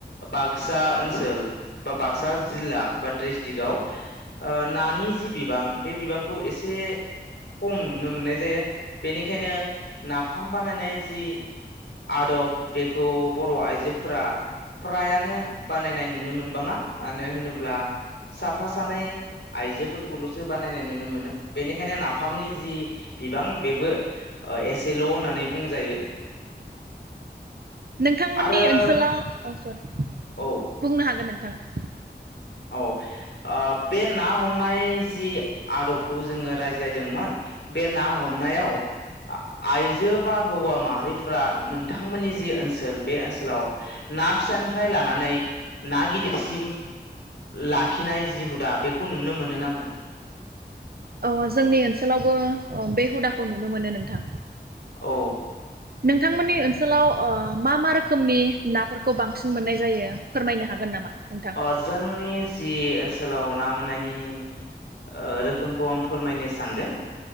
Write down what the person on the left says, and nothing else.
बाक्सा ओनसोल बा बाक्सा जिल्ला बा डिस्ट्रिक्टआव नानि जि बिबां बे बिबांखौ एसे खम नुनो मोननाय जायो बेनिखायनो नाफाम बानायनाय जि आदब बेखौ बर' आइजोफोरा फ्रायानो बानायनाय नुनो मोन बाङा मानो होनोब्ला साफा सानै आइजोफोरखौल'सो बानायनाय नुनो मोनो बेनिखायनो नाफामनि जि बिबां बेबो एसेल' होननानै बुंजायो
आरो
औ
औ ओ बे ना हमनाय जि आदबखौ जोङो राय- ज्लायदोंमोन बे ना हमनायाव आइजो बा हौवा माहारिफोरा नोंथांमोननि जि ओनसोल बे ओनसोलाव ना फिसानिफ्राय लानानै ना गिदिरसिम लाखिनाय जि हुदा बेखौ नुनो मोनो ना मोना
औ
अ जोंनि जि ओन सोलाव ना मोननायनि ओ रोखोमखौ आं फोरमायनो सानदों